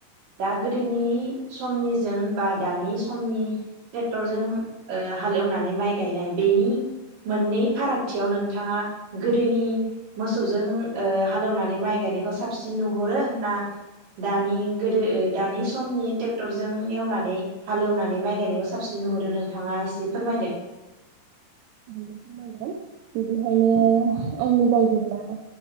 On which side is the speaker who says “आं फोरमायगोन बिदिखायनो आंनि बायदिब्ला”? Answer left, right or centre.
Right